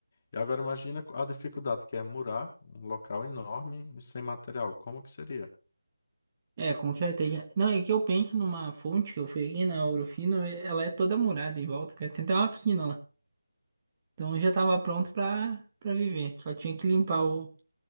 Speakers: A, on the left; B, on the right.
A: E agora imagina a dificuldade que é murar um local enorme e sem material. Como que seria?
B: É, com certeza. Não, é que eu penso numa fonte que eu fui aqui na Ourofino, é- ela é toda murada em volta, cara. Tem até uma piscina lá. Então eu já tava pronto pra, pra viver. Só tinha que limpar o